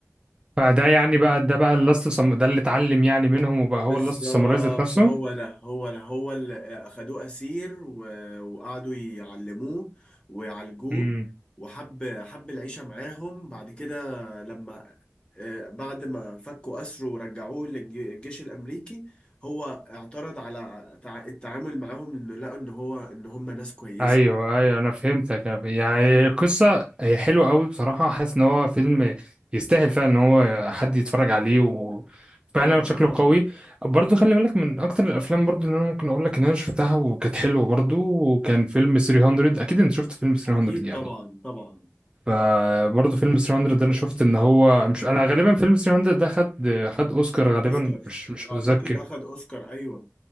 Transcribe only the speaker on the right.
فده يعني بقى ده بقى اللاست سم... ده اللي اتعلم يعني منهم وبقى
هو اللاست ساموراي ذات نفسه
امم
ايوه ايوه انا فهمتك أنا ف- يعني القصه هي حلوه قوي بصراحه حاسس ان هو فيلم يستاهل فعلا ان هو حد يتفرج عليه وفعلا
شكله
قوي برضو خلي بالك من اكتر الافلام برضو اللي انا ممكن اقول لك ان انا شفتها وكانت حلوه برضو وكان فيلم 300 اكيد انت شفت فيلم 300
يعني
فبرضه فيلم 300 ده انا شفت ان هو مش انا غالبا فيلم 300 ده خد خد اوسكار غالبا
مش مش
متذكر